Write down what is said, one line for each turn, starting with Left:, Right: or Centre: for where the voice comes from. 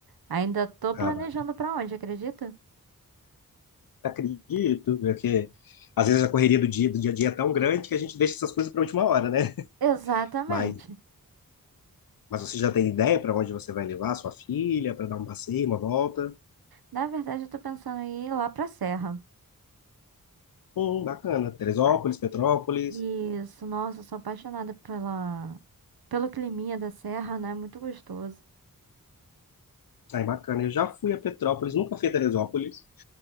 Right: Ainda tô
Left: Ah,
Right: planejando
Left: mas
Right: pra onde, acredita?
Left: acredito, porque às vezes a correria do dia, do dia a dia é tão grande que a gente deixa essas coisas pra última hora, né?
Right: Exatamente.
Left: Mas, mas você já tem ideia pra onde você vai levar sua filha, pra dar um passeio, uma volta?
Right: Na verdade, eu tô pensando em ir lá pra Serra.
Left: Hum, bacana. Teresópolis,
Right: Ah.
Left: Petrópolis.
Right: Isso, nossa, eu sou apaixonada pela... pelo climinha da Serra, né? Muito gostoso.
Left: Ai, bacana. Eu já fui a Petrópolis, nunca fui a Teresópolis.